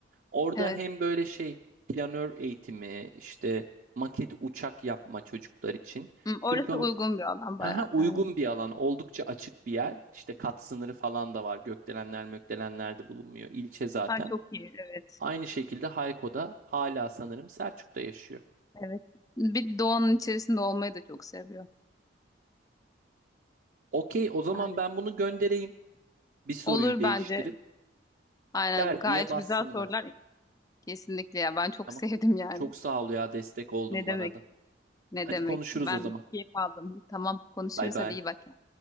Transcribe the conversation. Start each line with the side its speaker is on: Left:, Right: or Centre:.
Right: Orada
Left: Evet.
Right: hem böyle şey planör eğitimi, işte maket uçak yapma çocuklar için.
Left: Hı, orası
Right: Türk Hava
Left: uygun bir alan bayağı
Right: Haha, uygun
Left: yani.
Right: bir alan, oldukça açık bir yer. İşte kat sınırı falan da var. Gökdelenler, mökdelenler de bulunmuyor. İlçe zaten.
Left: Ha çok iyi. Evet.
Right: Aynı şekilde Hayko'da hala sanırım Selçuk'ta yaşıyor.
Left: Evet. Bir doğanın içerisinde olmayı da çok seviyor.
Right: Okey, o zaman
Left: Yani
Right: ben bunu göndereyim. Bir soruyu
Left: olur
Right: değiştirip.
Left: bence. Aynen
Right: Dergiye
Left: gayet
Right: bassınlar.
Left: güzel sorular. Kesinlikle ya ben çok
Right: Tamam.
Left: <laughs> sevdim yani.
Right: Çok sağ ol ya destek oldun
Left: Ne demek?
Right: bana da.
Left: Ne
Right: Hadi
Left: demek?
Right: konuşuruz
Left: Ben
Right: o zaman.
Left: keyif aldım. Tamam konuşuruz
Right: Bay bay.
Left: hadi iyi bak. yani.